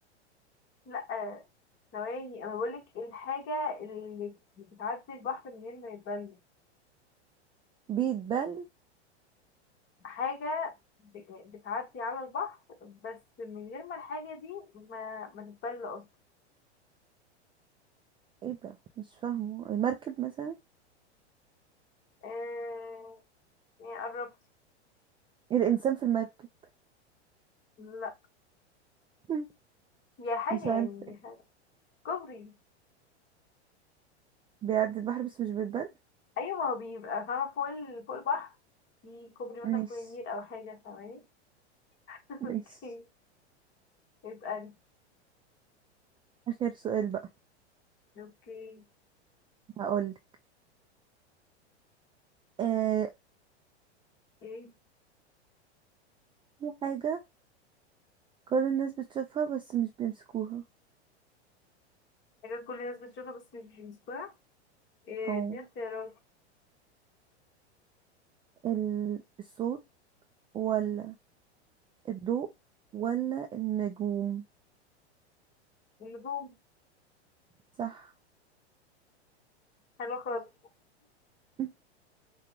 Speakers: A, on the left; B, on the right.
A: لا آه، ثواني انا بقولك إيه الحاجة اللي بتعدي البحر من غير ما يتبل
B: بيتبل
A: حاجة ب- يعني بتعدي على البحر بس من غير ما الحاجة دي ما, ما تتبل اصلا
B: ايه ده مش فاهمه المركب مثلا
A: آه يعني قربت
B: الانسان في المركب
A: لا
B: <laughs>
A: هي حاجة
B: مش عارفه
A: يعني
B: ايه
A: حاجة. كوبري
B: بيعدي البحر بس مش بيتبل
A: ايوه ما هو بيبقى فاهمة فوق ال... فوق البحر في كوبري
B: مش
A: مثلا فوق النيل او حاجة ثواني <laughs>
B: مش
A: اوكي اسألي
B: اخر سؤال بقى
A: اوكي
B: هقولك آه
A: ايه
B: في حاجه كل الناس بتشوفها بس مش بيمسكوها
A: حاجة كل الناس بتشوفها بس مش بسرعة إيه
B: او
A: دي اختيارات
B: ال- الصوت ولا الضوء ولا النجوم
A: النجوم
B: صح
A: حلوة خالص
B: <laughs>